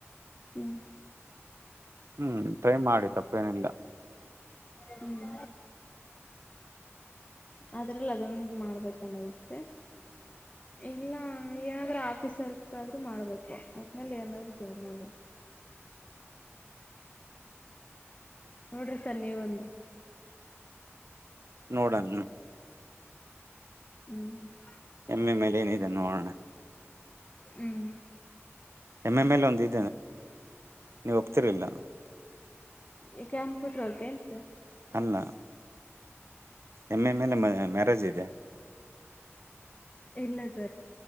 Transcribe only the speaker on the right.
ಹ್ಮ್ ಟ್ರೈ ಮಾಡಿ ತಪ್ಪೇನಿಲ್ಲ
ನೋಡಣ
ಎಮ್ಮೆ ಮೇಲೆ ಏನಿದೆ ನೋಡೋಣ
ಎಮ್ ಎಮ್ ಎಲ್ ಒಂದು ಇ ನೀವು ಹೋಗ್ತೀರಲ್ಲ
ಅಲ್ಲ ಎಮ್ ಮೇಲೆ ಮ ಮ್ಯಾರೇಜ್ ಇದೆ